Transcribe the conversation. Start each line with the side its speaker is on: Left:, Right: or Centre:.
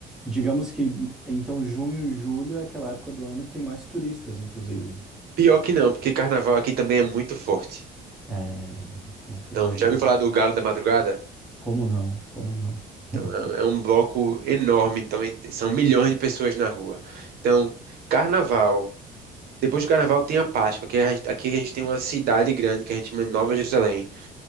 Centre: Digamos que, então, junho e julho é aquela época do ano que tem mais turistas, inclusive.
Right: Pior que não, porque carnaval aqui também é muito forte.
Centre: É, então, é fevereiro.
Right: Então, já ouviu falar do Galo da Madrugada?
Centre: Como não? Como não? <laughs>
Right: Então, é é um bloco enorme, então e- são milhões de pessoas na rua. Então, carnaval. Depois do carnaval tem a Páscoa, que a gente- aqui a gente tem uma cidade grande que a gente chama de Nova Jerusalém,